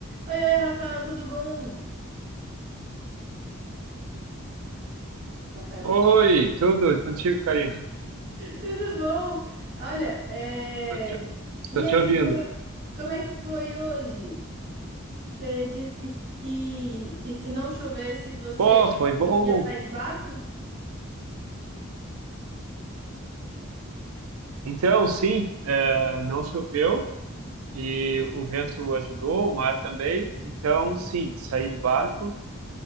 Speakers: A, on the right; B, on the right.
A: Oi, oi, Rafael, tudo bom? Rafael,
B: Oi, tudo e contigo, Karina?
A: tudo bom? Olha, é,
B: Tô te,
A: e
B: tô te
A: aí,
B: ouvindo.
A: como é... como é que foi hoje? Você disse que, que, que se não chovesse você
B: Pô, foi bom.
A: ia sair de barco?
B: Então, sim, eh, não choveu e o vento ajudou, o mar também. Então, sim, saí de barco.